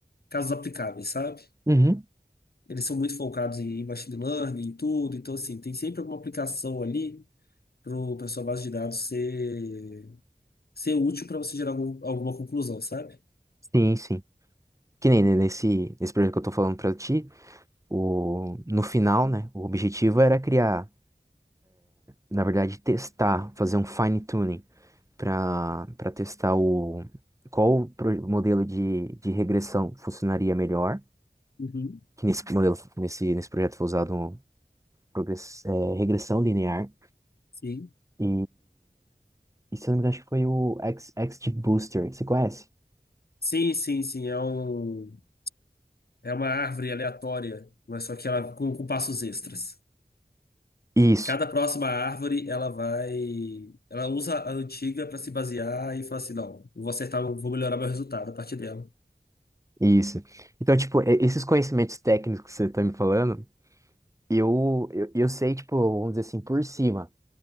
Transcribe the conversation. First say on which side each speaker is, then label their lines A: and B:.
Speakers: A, on the left; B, on the right.
A: casos aplicáveis, sabe?
B: Uhum.
A: Eles são muito focados em machine learning e tudo, então, assim, tem sempre alguma aplicação ali para sua base de dados ser, ser útil para você gerar algum- alguma conclusão, sabe?
B: Sim, sim. Que nem nesse, nesse projeto que eu tô falando pra ti, o, no final, né? O objetivo era criar, na verdade, testar, fazer um fine tuning pra para testar o qual o pro- modelo de, de regressão funcionaria melhor,
A: Uhum.
B: que nesse modelo, nesse, nesse projeto foi usado um progress, é, regressão linear
A: Sim.
B: e, e se eu não me engano, acho que foi o X, XGBooster, você conhece?
A: Sim, sim, sim. É um. É uma árvore aleatória, mas só que ela com, com passos extras.
B: Isso.
A: Cada próxima árvore, ela vai. Ela usa a antiga para se basear e fala assim: não, eu vou acertar, eu vou melhorar meu resultado a partir dela.
B: Isso. Então, tipo, e- esses conhecimentos técnicos que você tá me falando, eu, eu, eu sei, tipo, vamos dizer assim, por cima.